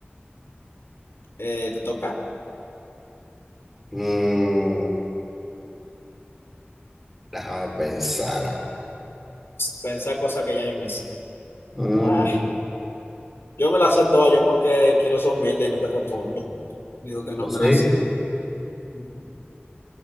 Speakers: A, on the left (about 80°); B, in the centre.
A: Eh, te toca
B: Mm, déjame pensar ahora.
A: pensar cosas que ya yo me sé.
B: Mm.
A: Ah, yo me las sé todas yo porque quiero ser humilde y no te respondo. Digo que no
B: Yo sí,
A: me las sé. Ujú.